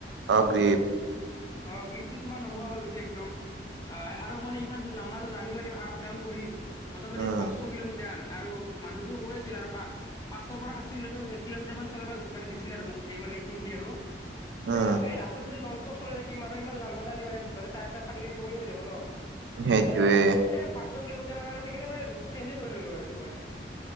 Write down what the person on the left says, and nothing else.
অ' গ্ৰীপটো তোমাৰ নোহোৱা হৈ গৈছে একদম। আ আৰু মানে ইমান লাম্বা এটা জাৰ্ণি মাৰিম আপ ডাউন কৰিম, মোটামুটি
পাঁচ শ কিলোমিটাৰ আৰু মানুহতো কয় আছিল আৰু পা পাঁচশৰ পৰা সাতশ কিলোমিটাৰ এককিলো মিটাৰমান চলাবা মানে দিছিল আৰু মোক এই মানে এইখিনি দিয়ে আৰু। তে
এই ৰাস্তাত যদি নংচ চব চলাই থাকিম আৰু ইমান লাম্বা জাৰ্ণী মাৰিম হঠাতে টায়াৰ - চায়াৰ ফাটি কৰি প্ৰব্লেম হৈ যাব ন',
এইকাৰণে এ পাঁচশ কিলোমিটাৰ কাৰণে সেইকাৰণে মই ছেঞ্জে কৰি ল'লো আৰু সেইটো কাৰণে।